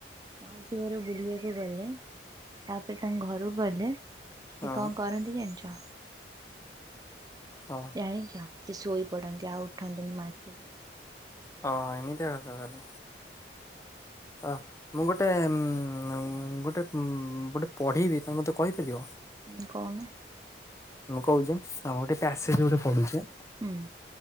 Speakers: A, on the right (about 20°); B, on the left (about 15°).
A: ମାଉସୀ ଘର ବୁଲିବାକୁ ଗଲେ। ତାପରେ ତାଙ୍କ ଘରକୁ ଗଲେ ସେ
B: ହଁ
A: କଣ କରନ୍ତି ଜାଣିଛ?
B: ହଁ
A: ଜାଣିଛ ସେ ଶୋଇ ପଡନ୍ତି ଆଉ ଉଠନ୍ତିନି ମାସ ଯାଏ।
B: ହଁ ଏମିତିଆ କଥା ତାହେଲେ।
A: ସେ।
B: ହ ମୁଁ ଗୋଟେ ଉମ ଗୋଟେ ଉମ ଗୋଟେ ପଢ଼ିବି ତମେ ମୋତେ କହିପାରିବ।
A: ହୁଁ କହୁନ।
B: ମୁଁ କହୁଛି ଆମର ଗୋଟେ ପ୍ୟାସେଜ ଗୋଟେ ପଢୁଛି।
A: ହୁଁ।